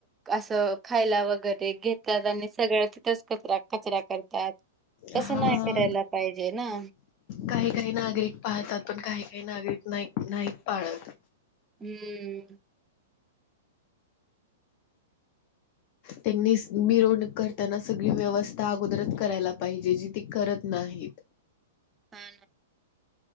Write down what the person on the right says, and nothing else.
अस खायला वगरै घेत त्या आनी सगळ तिथंच कचरा कचरा करतात.
तसं नाय करायला पाहिजे ना.
हम्म.
हा ना